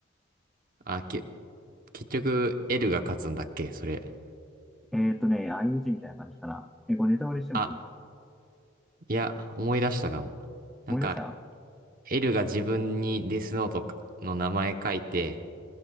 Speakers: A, on the right; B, in the centre.
A: あ、け、結局、L が勝つんだっけそれ。
B: えーとね、相打ちみたいな感じかな。え、これネタバレしてもいい
A: あ、いや、思い出したかも。なんか、
B: 思い出した
A: L が自分にデスノートの名前書いて、